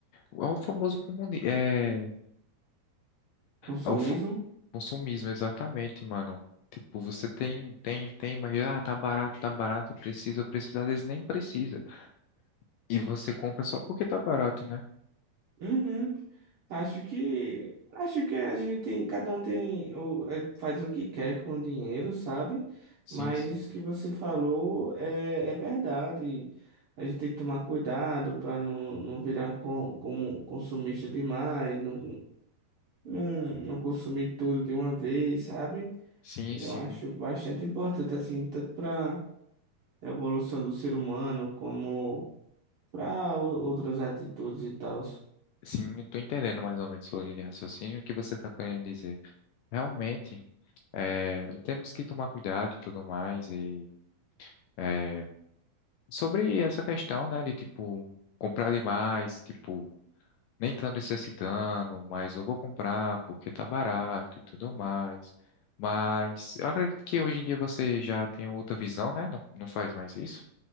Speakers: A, on the left; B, on the right.
A: é o famoso comuni... é...
B: Consumismo?
A: é o fa- consumismo, exatamente, mano. Tipo, você tem, tem, tem, mas ah, tá barato, tá barato, precisa precisa às vezes nem precisa. E você compra só porque tá barato, né?
B: Uhum. Acho que acho que a gente tem, cada um tem o- é, faz o que quer com o dinheiro, sabe?
A: Sim,
B: Mas
A: sim.
B: isso que você falou é, é verdade. A gente tem que tomar cuidado para não, não virar com, como consumista demais, não, não, não consumir tudo de uma vez, sabe?
A: Sim,
B: Eu
A: sim.
B: acho bastante importante, assim, tanto para a evolução do ser humano como para outras atitudes e tal.
A: Sim, eu tô entendendo mais ou menos sua linha de raciocínio e o que você tá querendo dizer. Realmente, é, temos que tomar cuidado e tudo mais, e é, Sobre essa questão, né, de tipo comprar demais, tipo, nem tanto necessitando, mas eu vou comprar porque tá barato e tudo mais. Mas eu acredito que hoje em dia você já tem outra visão, né? Não, não faz mais isso.